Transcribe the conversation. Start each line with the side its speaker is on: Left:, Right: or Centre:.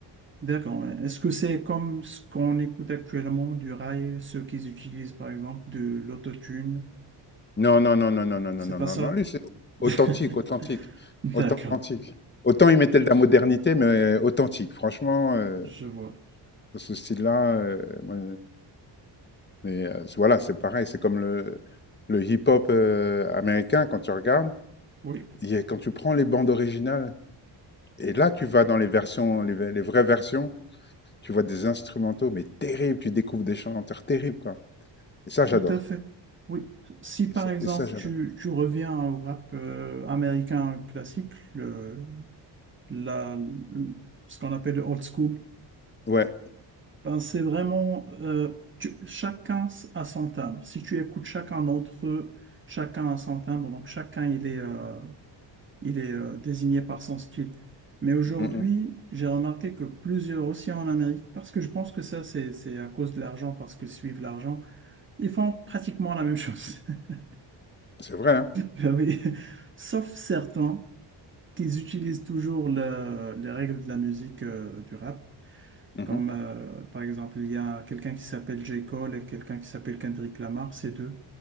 Right: D'accord. Mais Est-ce que c'est comme ce qu'on écoute actuellement du rail, ceux qu'ils utilisent par exemple de l'autotune?
Left: Non, non, non, non, non, non, non,
Right: C'est
Left: non,
Right: pas
Left: non,
Right: ça?
Left: non. Lui, c'est authentique,
Right: <laughs>
Left: authentique,
Right: D'accord.
Left: authentique. Autant il mettait de la modernité, mais authentique. Franchement, euh,
Right: Je vois.
Left: dans ce style-là, euh, moi, mais euh, voilà, c'est pareil. C'est comme le, le hip-hop euh, américain, quand tu regardes,
Right: Oui,
Left: il y a- quand tu prends les bandes originales, et là, tu vas dans les versions, les les vraies versions. Tu vois des instrumentaux, mais terribles. Tu découvres des chanteurs terribles, quoi. Et ça, j'adore.
Right: tout à fait. Oui. Si
Left: Et
Right: par
Left: ça,
Right: exemple
Left: et ça, j'adore.
Right: tu, tu reviens au rap euh, américain classique, le, la, le- ce qu'on appelle le old school,
Left: Ouais.
Right: Ben, c'est vraiment euh, tu- chacun a son timbre. Si tu écoutes chacun d'entre eux, chacun a son timbre. Donc chacun il est euh, il est euh, désigné par son style. Mais aujourd'hui,
Left: Mm, mm.
Right: j'ai remarqué que plusieurs aussi en Amérique, parce que je pense que ça c'est c'est à cause de l'argent, parce qu'ils suivent l'argent, ils font pratiquement la même chose. <laughs>
Left: C'est vrai, hein?
Right: Ben oui. Sauf certains qui utilisent toujours le- les règles de la musique euh, du rap.
Left: Mhm.
Right: Comme euh, par exemple, il y a quelqu'un qui s'appelle J. Cole et quelqu'un qui s'appelle Kendrick Lamar, ces deux,